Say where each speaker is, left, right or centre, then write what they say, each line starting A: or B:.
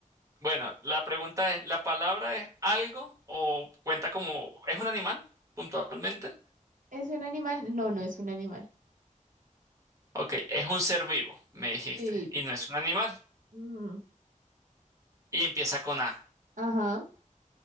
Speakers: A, on the right (about 25°); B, on the right (about 75°).
A: Bueno, la pregunta es, ¿la palabra es algo o cuenta como, es un animal puntualmente?
B: ¿Es un animal? No, no es un animal.
A: Ok, es un ser vivo, me dijiste,
B: Sí,
A: y no es un animal.
B: Mm,
A: Y empieza con A.
B: ajá.